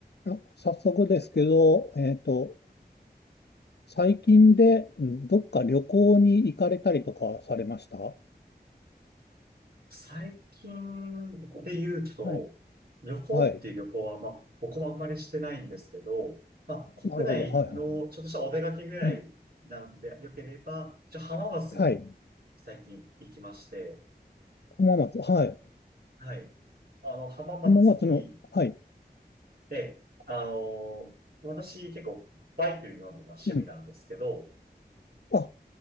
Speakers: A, on the left; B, on the right.
A: あ、早速ですけど、えっと、最近でうんどっか旅行に行かれたりとかされましたは
B: 最近で言うと、
A: い。
B: 旅行っていう旅行は、
A: はい。
B: まあ、僕もあんまりしてないんですけど、まあ、国内のちょっとしたお出かけぐらいなんて良ければ、
A: なるほど。はいはい。うん。
B: ちょ、浜松に
A: はい。
B: 最近行きまして、
A: 浜松。はい。
B: はい。あの、浜松に、
A: 浜松の、はい。
B: ええ、あの、私結構バイクに乗るのが趣味なんですけど、
A: うん。あ、